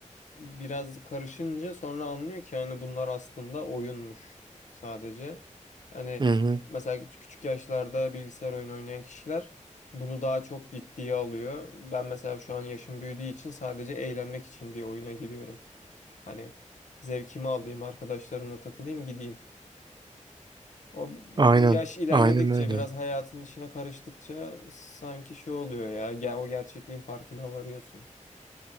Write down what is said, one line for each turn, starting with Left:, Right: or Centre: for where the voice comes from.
Left: biraz karışınca sonra anlıyor ki hani bunlar aslında oyunmuş sadece. Hani
Right: Hı hı.
Left: mesela küç- küçük yaşlarda bilgisayar oyunu oynayan kişiler bunu daha çok ciddiye alıyor. Ben mesela şu an yaşım büyüdüğü için sadece eğlenmek için bir oyuna giriyorum. Hani Zevkimi alayım, arkadaşlarımla takılayım, gideyim. O
Right: Aynen.
Left: yaş ilerledikçe,
Right: Aynen öyle.
Left: biraz hayatın içine karıştıkça sanki şey oluyor ya. Gel o gerçekliğin farkına varıyorsun.